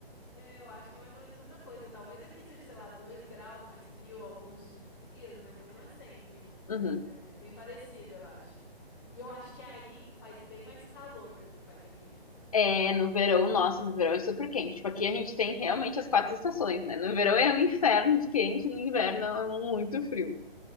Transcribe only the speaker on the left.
Uhum.
É, no verão, nossa, no verão é super quente. Tipo, aqui a gente tem realmente as quatro estações, né? No verão é um inferno
de quente, no inverno é muito frio.